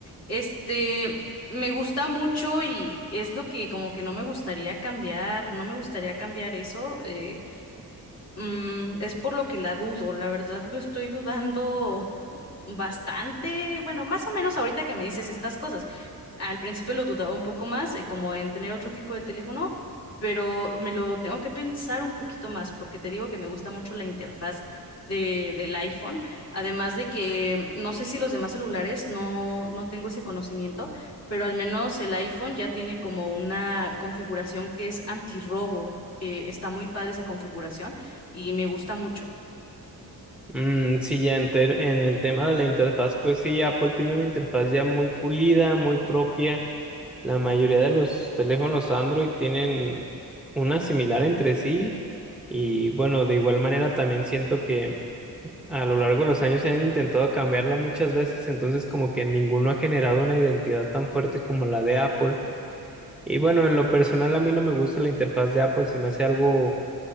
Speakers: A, on the left (about 40°); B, in the centre.
A: Este, me gusta mucho y es lo que como que no me gustaría cambiar, no me gustaría cambiar eso. eh, Mm, es por lo que la dudo, la verdad lo estoy dudando bastante, bueno, más o menos ahorita que me dices estas cosas. Al principio lo dudaba un poco más, eh, como en tener otro tipo de teléfono, pero me lo tengo que pensar un poquito más porque te digo que me gusta mucho la interfaz de, del iPhone, además de que no sé si los demás celulares no, no tengo ese conocimiento, pero al menos el iPhone ya tiene como una configuración que es antirrobo. eh, está muy padre esa configuración y me gusta mucho.
B: Mm, sí, ya en, ter- en el tema de la interfaz, pues sí, Apple tiene una interfaz ya muy pulida, muy propia. La mayoría de los teléfonos Android tienen una similar entre sí y bueno, de igual manera también siento que a lo largo de los años se han intentado cambiarla muchas veces, entonces como que ninguno ha generado una identidad tan fuerte como la de Apple. Y bueno, en lo personal a mí no me gusta la interfaz de Apple, se me hace algo